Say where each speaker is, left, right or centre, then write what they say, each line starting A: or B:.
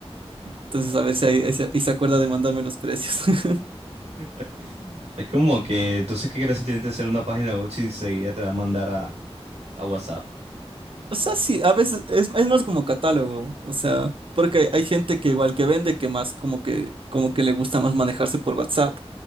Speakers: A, on the right; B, on the right.
A: Entonces,
B: Pero
A: a ver si ahí, ahí se ahí se acuerda de mandarme los precios. <laughs>
B: <laughs> es como que, entonces, ¿qué gracia tiene de hacer una página web si enseguida te va a mandar a, a WhatsApp?
A: O sea, sí, a veces es, es más como catálogo, o sea, porque hay gente que igual que vende, que más como que, como que le gusta más manejarse por WhatsApp.